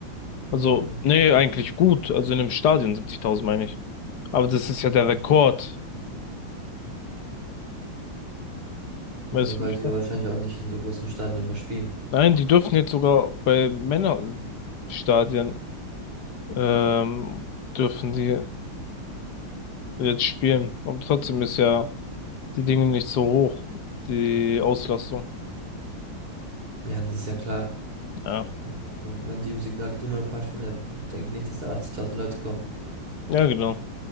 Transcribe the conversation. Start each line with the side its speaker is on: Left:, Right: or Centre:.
Right: Mhm,
Left: also, nee, eigentlich gut. Also in einem Stadion 70.000 meine ich. Aber das ist ja der
Right: so.
Left: Rekord.
Right: Ja,
Left: Weißt
Right: aber weil
Left: du,
Right: die ja wahrscheinlich auch nicht in so großen Stadien immer spielen.
Left: Nein, die dürfen jetzt sogar bei Männerstadien ähm, dürfen die jetzt spielen. Aber trotzdem ist ja die Dinge nicht so hoch, die Auslastung.
Right: Ja, das ist ja klar.
Left: Ja,
Right: Also, wenn die im Signal Iduna Park spielen, dann denke ich nicht, dass da 80.000 Leute kommen.
Left: ja, genau.